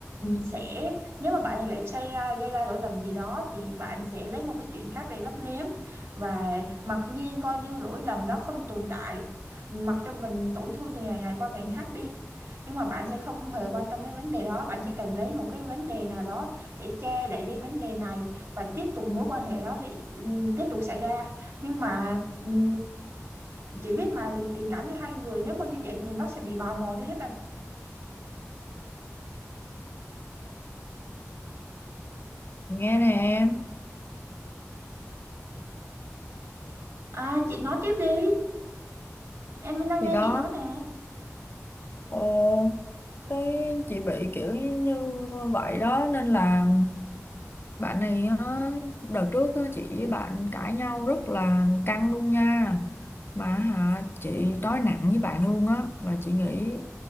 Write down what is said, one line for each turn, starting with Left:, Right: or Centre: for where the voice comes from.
Right: sẽ nếu mà bạn lại gây ra gây ra lỗi lầm gì đó thì bạn sẽ lấy một cái chuyện khác để lấp liếm và mặc nhiên coi như lỗi lầm đó không tồn tại, mặc cho mình tổn thương từ ngày ngày qua ngày khác đi. Nhưng mà bạn sẽ không hề quan tâm đến vấn đề đó, bạn chỉ cần lấy một cái vấn đề nào đó để che đậy đi vấn đề này và tiếp tục mối quan hệ đó đi, ừm, tiếp tục xảy ra. Nhưng mà ừm, chị biết mà tình, tình cảm giữa hai người nếu mà như vậy thì nó sẽ bị bào mòn đi rất là
Left: nghe nè em
Right: À chị nói tiếp đi Em đang
Left: thì
Right: nghe
Left: đó
Right: chị nói nè
Left: Ồ. cái chị bị kiểu như vậy đó nên là bạn này á, đợt trước á, chị với bạn cãi nhau rất là căng luôn nha mà hả chị nói nặng với bạn luôn á và chị nghĩ